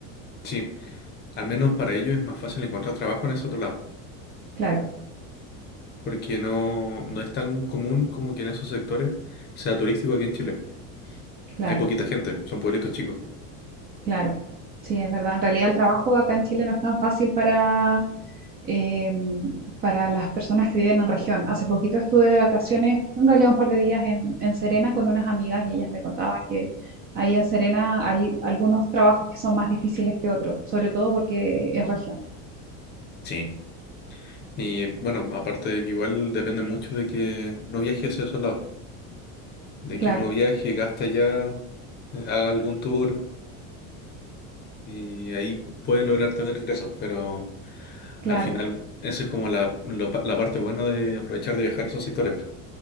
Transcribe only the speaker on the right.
claro.
Claro,
claro. Sí, es verdad. En realidad el trabajo acá en Chile no es tan fácil para, eh, para las personas que viven en región. Hace poquito estuve de vacaciones, en realidad un par de días en, en Serena con unas amigas y ellas me contaban que ahí en Serena hay algunos trabajos que son más difíciles que otros, sobre todo porque es región.
Claro,
claro,